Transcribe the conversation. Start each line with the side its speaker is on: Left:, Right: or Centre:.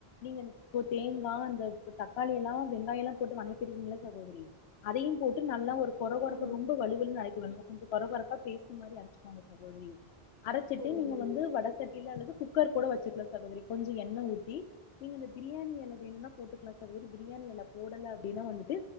Left: நீங்க இப்போ தேங்கா அந்த த தக்காளி எல்லா வெங்காய எல்லா போட்டு வணக்கிடுவிங்ல சகோதரி அதையும் போட்டு நல்லா ஒரு கொற கொறப்ப
Right: ம்
Left: ரொம்ப வழுவழுன்னு அரைக்க வேணா கொஞ்சோ கொற கொறப்பா பேஸ்ட்டு மாரி அரச்சுக்கோங்க சகோதரி அரைச்சுட்டு
Right: செரிங்க
Left: நீங்க
Right: தோழி
Left: வந்து வட சட்டில அல்லது குக்கர் கூட வச்சுக்லா சகோதரி கொஞ்சோ எண்ணெ ஊத்தி நீங்க இந்த பிரியாணி எல வேணுனா போட்டுக்லா சகோதரி பிரியாணி எல போடல அப்டின்னா வந்துட்டு